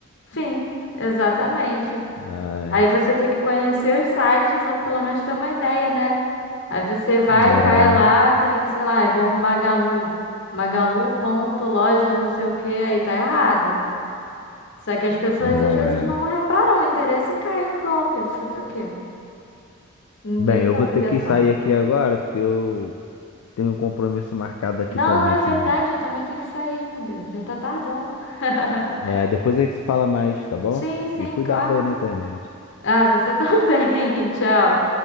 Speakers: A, on the left; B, on the left.
A: Sim, exatamente.
B: Ai,
A: Aí você tem que conhecer os sites ou pelo menos ter uma ideia, né? Aí você vai,
B: é,
A: cai lá, tem, sei lá, é igual um Magalu. Magalu ponto loja não sei o que, aí tá errado. Só que as pessoas
B: não
A: às vezes
B: é.
A: não reparam o endereço e caem no golpe. Fazer o quê? Ninguém
B: Bem, eu
A: tem
B: vou
A: obrigação.
B: ter que sair aqui agora porque eu tenho um compromisso marcado aqui
A: Não,
B: também
A: não é verdade,
B: com.
A: eu também tenho que sair, meu Deus, já tá tardão. <laughs>
B: É, depois a gente se fala mais, tá bom?
A: Sim, sim,
B: E cuidado
A: claro.
B: aí na internet.
A: Ah, você também. <laughs> Tchau.